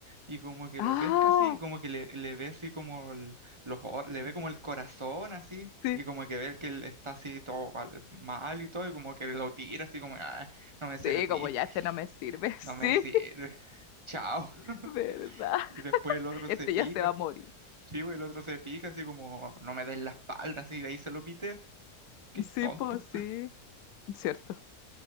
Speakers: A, on the right (about 20°); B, on the left (about 75°).
A: y como que
B: Ah,
A: lo pesca así, y como que le, le ve así como el- los, or- le ve como el corazón así.
B: sí,
A: Y como que ve que él está así todo mal mal y todo, y como que lo tira así como, ah, no me serví.
B: sí, como ya este no me sirve, <laughs> sí,
A: No me sirve. <laughs> Chao. <laughs>
B: ¿verdad?
A: Y después el otro
B: Este
A: se pica.
B: ya se va a morir.
A: Sí, güey, el otro se pica, así como, no me des la espalda, así, de ahí se lo pite. Que es
B: Sí,
A: tonto.
B: pues sí, cierto.